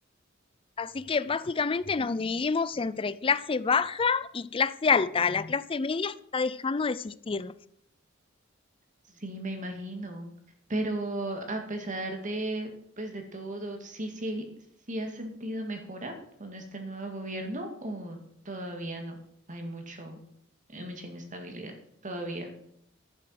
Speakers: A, on the left; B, on the right.
A: Así que básicamente nos dividimos entre clase baja y clase alta. La clase media está dejando de existir.
B: Sí, me imagino. Pero a pesar de, pues, de todo, sí, sí, sí has sentido mejora con este nuevo gobierno o todavía no. Hay mucho, hay mucha inestabilidad todavía.